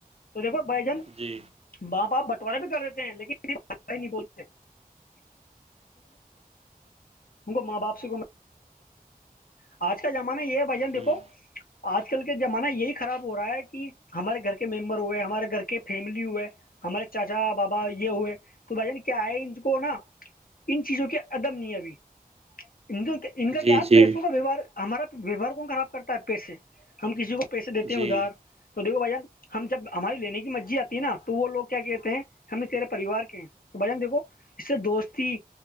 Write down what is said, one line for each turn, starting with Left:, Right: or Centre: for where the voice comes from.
Left: تو دیکھو بھ جان
Right: جی
Left: باپ آپ بٹوارے بھی کر رہتے ہیں لیکن بے نہیں بولتے ماں باپ سے آج کا زمانہ یہ ہے بھائی جن دیکو
Right: ہوں
Left: آج کل کے زمانہ یہی خراب ہو رہا ہے کہ ہمارے گھر کے ممبر ہوئے ہمارے گھر کے فیملی ہوئے ہمارے چاچا بابا یہ ہوئے تو بھائی جان کیا ہے ان کو نا ان چیزوں کے ادب نہیں ابھی ان کو ان کا
Right: جی
Left: کیا آپ
Right: جی
Left: پیسوں کا ویوہار ہمارا ویوہار کون خراب کرتا ہے آپ پیسے ہم کسی کو پیسے ادار
Right: جی
Left: تو دیکھو بھائی جان ہم جب ہماری لینے کی مرجی آتی ہے نا تو وہ لوگ کیا کہتے ہیں ہمیں تیرے پریوار کے ہیں تو بھائیان دیکھو اس سے دوستی